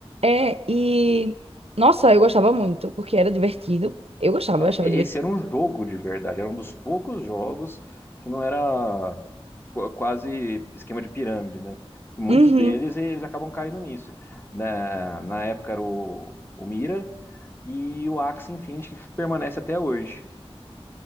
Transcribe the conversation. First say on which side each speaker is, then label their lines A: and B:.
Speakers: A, on the right; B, on the left.
A: É, e nossa, eu gostava muito, porque era divertido. Eu gostava, eu achava
B: Esse
A: divertido.
B: era um jogo de verdade, era um dos poucos jogos que não era qu- quase esquema de pirâmide, né? Muitos
A: Uhum.
B: deles eles acabam caindo nisso. Na, na época era o, o Mira e o Axie Infinity que permanece até hoje.